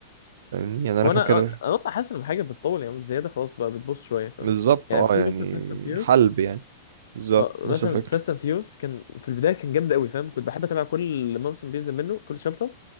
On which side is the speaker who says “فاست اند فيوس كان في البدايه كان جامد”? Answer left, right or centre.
Left